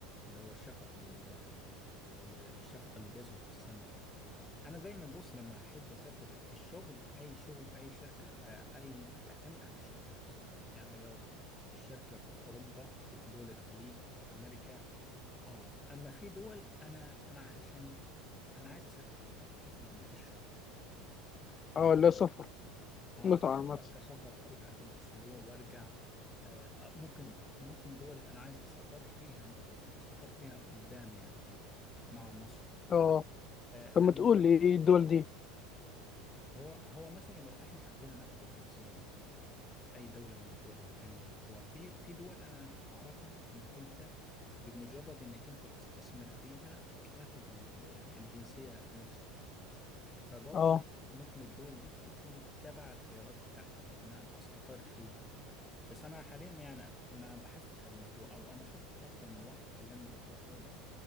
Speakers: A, on the left; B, on the left.
A: اللي هو الشفق ال... ال- الشفق اللي بيظهر في السماء ده انا دايما بص لما احب اسافر الشغل اي شغل اي شركه آه، اي بتعتمد على الشركه نفسها يعني لو الشركه في اوروبا في دول الخليج في امريكا اه اما في دول انا انا عشان انا عايز اسافر ليها حتى لو ما فيش شغل تمام
B: اه لا سفر
A: اه
B: متعه
A: كسفر
B: عامه
A: كسفر اروح اخد اسبوع وارجع آه آه، ممكن ممكن دول انا عايز استقر فيها استقر فيها قدام يعني مع مصر
B: اه
A: آه،
B: طب ما
A: أنا
B: تقول لي ايه الدول دي
A: هو هو مثلا لو احنا حبينا ناخد الجنسية مثلا في أي دولة من الدول التانية اللي هو في في دول أنا أعرفها إنك أنت بمجرد إنك أنت تستثمر فيها بتاخد ال- الجنسية نفسها فبرضو
B: اه
A: ممكن الدول دي بتكون تبع الخيارات بتاعتي إن أنا أستقر فيها بس أنا حاليا يعني ما بحثتش على الموضوع أو أنا شفت أكتر من واحد كلمني عن الموضوع ده